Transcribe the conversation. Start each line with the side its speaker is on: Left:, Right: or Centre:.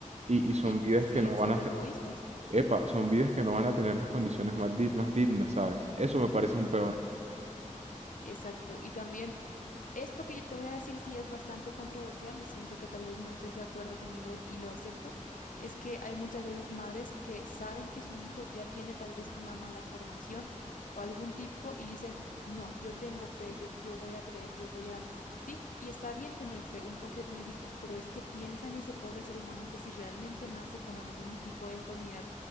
Right: Y, y son
Left: Y,
Right: vidas
Left: y siguen
Right: que no
Left: siendo
Right: van a ser,
Left: egoístas.
Right: Epa, son vidas que no van a tener las condiciones más, di- más dignas, ¿sabes? Eso me parece un peor.
Left: Exacto. Y también Esto que yo te voy a decir sí es bastante controversial, y siento que tal vez no estés de acuerdo conmigo y lo acepto, es que hay muchas veces madres que saben que su hijo ya tiene tal vez una mala formación o algún tipo y dicen, no, yo tengo fe, yo, yo voy a creer, yo voy a... Sí, y está bien tener fe, uno quiere tener hijo, pero es que piensa en ese pobre ser humano que si realmente nace con algún tipo de deformidad,